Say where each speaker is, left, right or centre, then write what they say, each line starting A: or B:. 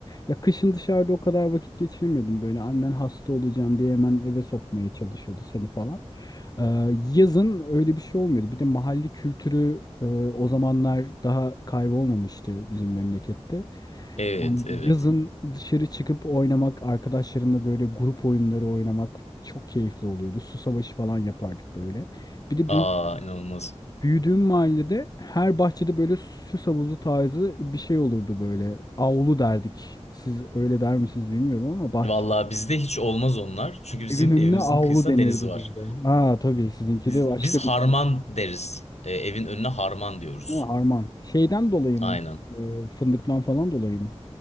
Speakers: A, on the left; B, on the left.
A: ya kışın dışarıda o kadar vakit geçiremiyordum. Böyle annen hasta olacaksın diye hemen eve sokmaya çalışıyordu seni falan. Ee, yazın öyle bir şey olmuyordu. Bir de mahalle kültürü e, o zamanlar daha kaybolmamıştı bizim memlekette.
B: Evet,
A: Yani
B: evet.
A: yazın dışarı çıkıp oynamak, arkadaşlarımla böyle grup oyunları oynamak çok keyifli oluyordu. Su savaşı falan yapardık böyle. Bir de
B: Aa
A: bi-
B: inanılmaz.
A: büyüdüğüm mahallede her bahçede böyle süs havuzu tarzı bir şey olurdu böyle. Avlu derdik. Siz öyle der misiniz bilmiyorum ama bahçe.
B: Vallahi bizde hiç olmaz onlar. Çünkü bizim
A: Evin önüne
B: evimizin
A: avlu
B: kıyısında
A: denirdi
B: deniz var.
A: bizde. Ha tabii sizinki
B: Biz,
A: de başka
B: biz harman
A: bir şey
B: deriz. E, evin önüne harman diyoruz.
A: Ha, harman. Şeyden dolayı
B: Aynen.
A: mı? Ee, fındıktan falan dolayı mı?